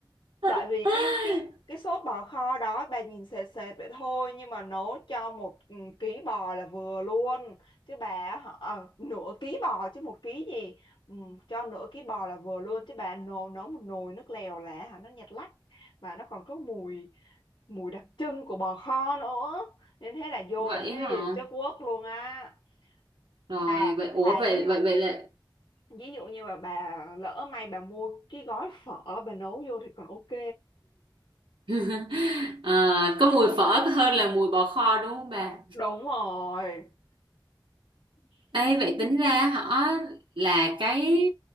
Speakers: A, on the left (about 65°); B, on the right (about 80°).
A: tại
B: <laughs>
A: vì cái cái cái sốt bò kho đó bà nhìn sệt sệt vậy thôi nhưng mà nấu cho một ừ, ký bò là vừa luôn chứ bà họ ờ, nửa ký bò chứ một ký gì ừ, cho nửa ký bò là vừa luôn chứ bà nấu nấu một nồi nước lèo là hả nó nhạt lắc mà nó còn có mùi mùi đặc trưng của bò kho nữa nên thế là vô
B: vậy
A: là thấy
B: hả
A: chất quốc luôn á
B: rồi
A: thà
B: vậy ủa
A: thà
B: vậy
A: ví dụ
B: vậy vậy là
A: ví dụ như mà bà lỡ may bà mua cái gói phở bà nấu vô thì còn ok
B: <laughs> Ờ, có mùi phở hơn là mùi bò kho đúng không bà
A: đúng rồi <clears throat>
B: Ê, vậy
A: Ừ,
B: tính ra họ là cái